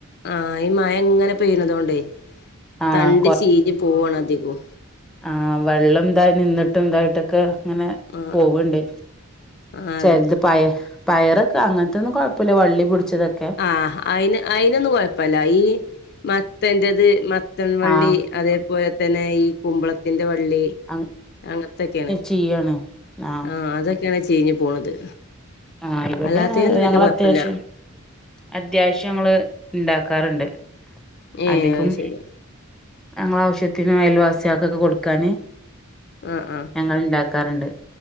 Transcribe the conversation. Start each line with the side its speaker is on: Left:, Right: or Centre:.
Left: ആഹ ഈ മഴ ഇങ്ങനെ പെയ്യുന്നതോണ്ട്
Centre: ആഹ്
Left: തണ്ട് ചീഞ്ഞ് പോവണ് അധികും
Centre: ആ വെള്ളം ഇതായിടും നിന്നിട്ടും ഇതായിട്ടൊക്കെ ഇങ്ങനെ
Left: ആഹ്
Centre: പോവണ്ട്
Left: ആഹ്
Centre: ചിലത്
Left: അതെ
Centre: പായ പയറൊക്കെ അങ്ങനത്തൊന്നും കുഴപ്പമില്ല വള്ളി പിടിച്ചതൊക്കെ
Left: ആഹ അയിന് അയിനൊന്നും കൊഴപ്പമില്ല ഈ മറ്റേന്റേത് മ ചത്തൻ വള്ളി
Centre: ആഹ്
Left: അതേപോലെ തന്നെ ഈ കുമ്പളത്തിന്റെ വള്ളി
Centre: അങ്ങ്
Left: അങ്ങനത്തൊക്കെയാണ്
Centre: ചെയ്യാണ് ആഹ്
Left: ആഹ അതൊക്കെയാണ് ചേരിന്ന് പോണത്
Centre: ആഹ ഇവിടെ
Left: അല്ലാത്തേനൊന്നും
Centre: ഞങ്ങ
Left: വല്യ കൊഴപ്പല്ല
Centre: അത്യാവശ്യം അത്യാവശ്യം ഞങ്ങള് ഇണ്ടാക്കാറുണ്ട്
Left: ഏഹ്
Centre: അധികം
Left: അത് ശരി
Centre: ഞങ്ങള ആവശ്യത്തിനന് അയൽവാസികക്കൊട് കൊടുക്കാന്
Left: ആ ആ
Centre: ഞങ്ങൾ ഉണ്ടാക്കാറുണ്ട്